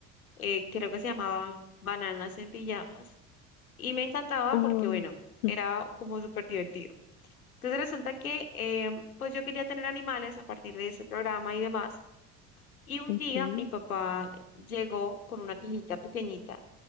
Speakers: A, on the left (about 80°); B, on the left (about 60°).
A: eh, creo que se llamaba Bananas en Pijamas, y me encantaba
B: Ah,
A: porque, bueno,
B: <laughs>
A: era como súper divertido. Entonces resulta que em, pues yo quería tener animales a partir de ese programa y demás. Y un
B: ok.
A: día mi papá llegó con una cajita pequeñita